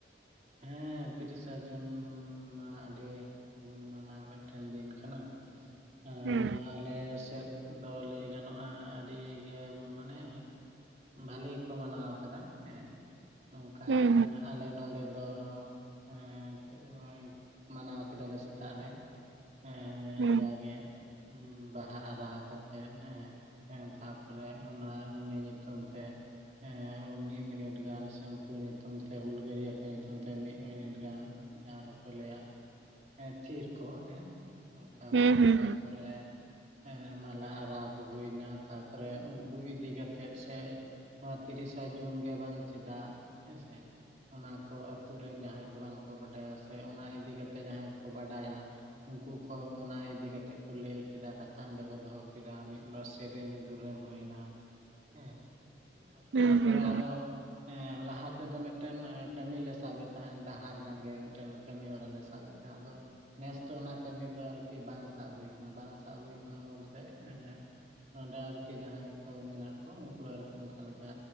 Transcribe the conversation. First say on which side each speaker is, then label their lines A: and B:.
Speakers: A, on the right; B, on the right.
A: ᱦᱮᱸ ᱛᱤᱨᱤᱥᱟ ᱡᱩᱱ ᱢᱟ ᱟᱹᱰᱤ ᱜᱩᱱ ᱢᱟᱱᱟᱣ ᱢᱤᱫ ᱴᱮᱱ ᱫᱤᱱ ᱠᱟᱱᱟ ᱮᱸ
B: ᱦᱩᱸ
A: ᱱᱚᱣᱟ ᱟᱞᱮ ᱥᱮᱫ ᱫᱚ ᱞᱟᱹᱭ ᱜᱟᱱᱚᱜᱼᱟ ᱟᱹᱰᱤ ᱜᱮ ᱢᱟᱱᱮ ᱵᱷᱟᱹᱞᱤ ᱜᱮᱠᱚ ᱢᱟᱱᱟᱣ ᱠᱟᱫᱟ ᱦᱮᱸ ᱱᱚᱝᱠᱟ
B: ᱦᱩᱸ
A: ᱮᱸᱻ ᱟᱞᱮ ᱱᱚᱰᱮ ᱫᱚ ᱮᱸ <unintelligible> ᱢᱟᱱᱟᱣ ᱠᱮᱫᱟᱞᱮ ᱥᱮᱛᱟᱜ ᱨᱮᱻ ᱮᱸ
B: ᱦᱩᱸ
A: ᱡᱟᱜᱮ ᱵᱟᱦᱟ ᱟᱨᱟᱣ ᱠᱟᱛᱮᱜ ᱮᱸ ᱮᱸ ᱛᱟᱨᱯᱚᱨᱻ ᱛᱟᱨ ᱯᱚᱨᱮ ᱚᱱᱟ ᱩᱱᱤ ᱧᱩᱛᱩᱢ ᱛᱮ ᱮᱸᱻ ᱢᱤᱫ ᱢᱤᱱᱮᱴ ᱜᱟᱱ ᱥᱮ ᱩᱱᱠᱩ ᱧᱩᱛᱩᱢ ᱛᱮ ᱦᱩᱞᱜᱟᱹᱨᱤᱭᱟᱹ ᱠᱚ᱾ ᱟᱠᱚ ᱧᱩᱛᱩᱢ ᱛᱮ ᱢᱤᱫ ᱢᱤᱱᱤᱴ ᱜᱟᱱ ᱡᱟᱸᱦᱟ ᱫᱚᱠᱚ ᱞᱟᱹᱭᱟ ᱮᱸ ᱛᱷᱤᱨ ᱠᱚᱜ ᱦᱮᱸ ᱱᱚᱱᱠᱟ ᱦᱩᱭᱱᱟ
B: ᱦᱩᱸ ᱦᱩᱸ ᱦᱩᱸ
A: ᱛᱟᱨᱯᱚᱨᱮ ᱦᱮᱸ ᱢᱟᱞᱟ ᱟᱨᱟᱣ ᱠᱚ ᱦᱩᱭᱱᱟ ᱛᱟᱨᱯᱚᱨᱮ ᱩᱱᱠᱩ ᱤᱫᱤ ᱠᱟᱛᱮᱱ ᱥᱮ ᱱᱚᱣᱟ ᱛᱤᱨᱤᱥᱟ ᱡᱩᱱ ᱜᱮ ᱵᱟᱝ ᱪᱮᱫᱟᱜ ᱦᱮᱸᱥᱮ ᱚᱱᱟ ᱠᱚ ᱟᱹᱛᱩ ᱨᱮᱱ ᱡᱟᱦᱟᱸᱭ ᱠᱚ ᱵᱟᱝ ᱠᱚ ᱵᱟᱰᱟᱭᱟ ᱥᱮ ᱚᱱᱟ ᱤᱫᱤ ᱠᱟᱛᱮ ᱡᱟᱦᱟᱸᱭ ᱠᱚ ᱠᱚ ᱵᱟᱰᱟᱭᱟ ᱩᱱᱠᱩ ᱠᱚ ᱚᱱᱟ ᱤᱫᱤ ᱠᱟᱛᱮᱫ ᱠᱚ ᱞᱟᱹᱭ ᱠᱮᱫᱟ ᱠᱟ ᱛᱷᱟ ᱚᱸᱰᱮ ᱠᱚ ᱫᱚᱦᱚ ᱠᱮᱫᱟ ᱢᱤᱫ ᱵᱟᱨ ᱥᱮᱨᱮᱧ ᱫᱩᱨᱟᱹᱝ ᱦᱩᱭᱱᱟ ᱦᱮᱸ ᱟᱨ
B: ᱦᱩᱸ
A: ᱚᱱᱟ ᱯᱚᱨᱮ
B: ᱦᱩᱸ ᱦᱩᱸ
A: ᱟᱫᱚ ᱮᱸ ᱞᱟᱦᱟ ᱛᱮᱫᱚ ᱢᱤᱫᱴᱮᱱ ᱠᱟᱹᱢᱤ ᱞᱮ ᱥᱟᱵ ᱮᱫ ᱛᱟᱦᱮᱸᱫ ᱰᱟᱦᱟᱨ ᱡᱟᱸᱜᱮ ᱢᱤᱫ ᱴᱮᱱ ᱠᱟᱹᱢᱤ ᱦᱚᱨᱟ ᱞᱮ ᱥᱟᱵ ᱮᱫ ᱛᱟᱦᱮᱸᱫ ᱟᱫᱚ ᱱᱮᱥ ᱫᱚ ᱚᱱᱟ ᱠᱟᱹᱢᱤ ᱫᱚ ᱟᱨᱠᱤ ᱵᱟᱝ ᱥᱟᱵ ᱦᱩᱭ ᱟᱠᱟᱱᱟ ᱵᱟᱝ ᱥᱟᱵ ᱦᱩᱭ ᱟᱠᱟᱱᱟ ᱵᱚᱞᱛᱮ ᱮᱸ ᱱᱚᱸᱰᱮ ᱟᱨᱠᱤ ᱡᱟᱦᱟᱸᱭ ᱠᱚ ᱢᱮᱱᱟᱜ ᱠᱚ ᱩᱱᱠᱩ ᱟᱨᱠᱤ ᱚᱱᱠᱟ ᱞᱮᱠᱟ